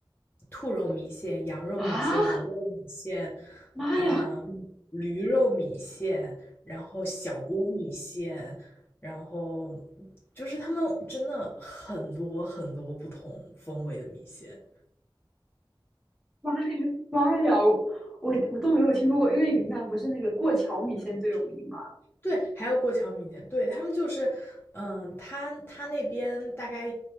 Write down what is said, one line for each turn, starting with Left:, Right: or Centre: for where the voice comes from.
Left: 兔肉米线、羊肉米线、
Centre: 啊！
Left: 牛肉米线，
Centre: 妈呀，
Left: 嗯驴肉米线，然后小锅米线，然后就是他们真的很多很多不同风味的米线。
Centre: <laughs> 妈呀，妈呀，我我我都没有听说过，因为云南不是那个过桥米线最有名吗？
Left: 嗯，对，还有过桥米线，对，他们就是，嗯、他他那边大概